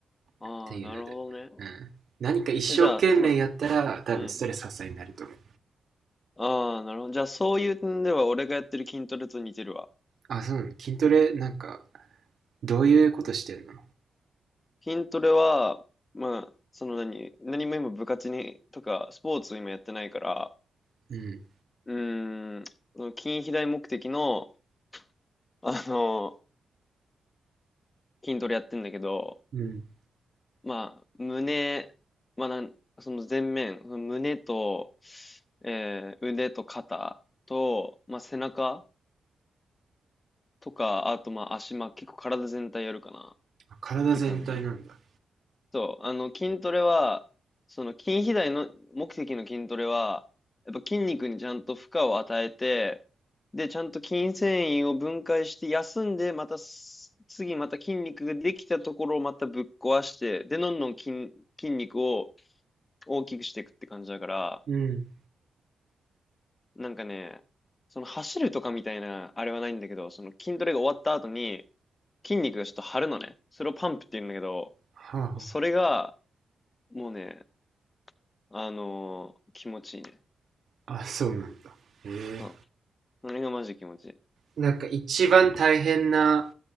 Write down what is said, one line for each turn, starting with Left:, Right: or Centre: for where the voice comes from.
Left: ああ、
Right: っていうので、
Left: なるほどね。
Right: うん、何か一生懸命やったら多分ストレス発散になると思う
Left: えじゃあ、その、うん。ああ、なるほど。じゃあ、そういう点では、俺がやってる筋トレと似てるわ。
Right: あそうなのね筋トレなんかどういうことしてんの
Left: 筋トレは、まあ、その何、何も今部活に、とか、スポーツ今やってないから、
Right: うん
Left: うーん、その筋肥大目的の、あの、筋トレやってんだけど、
Right: うん
Left: まあ、胸、まあ、なん、その前面、その胸と、えー腕と肩と、まあ、背中とか、あとまあ足、まあ、結構体全体やるかな。っ
Right: 体全体なんだ
Left: て感じ。そう、あの、筋トレは、その筋肥大の目的の筋トレは、やっぱ筋肉にちゃんと負荷を与えて、で、ちゃんと筋繊維を分解して休んで、またす次また筋肉ができたところをまたぶっ壊して、で、どんどん筋、筋肉を大きくしていくって感じだから、
Right: うん
Left: なんかね、その走るとかみたいなあれはないんだけど、その筋トレが終わった後に筋肉がちょっと張るのね。それをパンプって言うんだけど、
Right: はは
Left: それがもうね、あのー気持ちいいね。
Right: あ、あそうなんだへえ
Left: そう。あれがマジ気持ちいい。
Right: なんか一番大変な